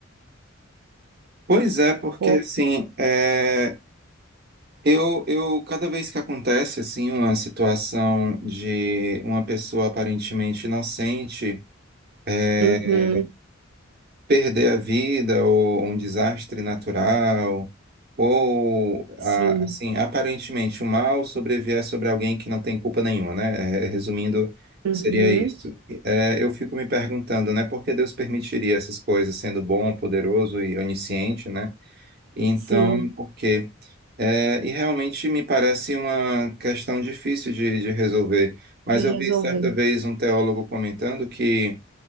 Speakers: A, on the right; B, on the right.
A: Pois é, porque
B: Pô,
A: assim, é, eu, eu cada vez que acontece assim uma situação de uma pessoa aparentemente inocente eh,
B: Uhum,
A: perder a vida ou um desastre natural, ou
B: sim,
A: a- assim, aparentemente o mal sobrevier sobre alguém que não tem culpa nenhuma, né? É, Resumindo,
B: uhum,
A: seria isso. É, eu fico me perguntando, né, por que Deus permitiria essas coisas, sendo bom, poderoso e onisciente, né? Então,
B: sim.
A: por quê? É, e realmente me parece uma questão difícil de de resolver. Mas
B: de
A: eu
B: resolver.
A: vi certa vez um teólogo comentando que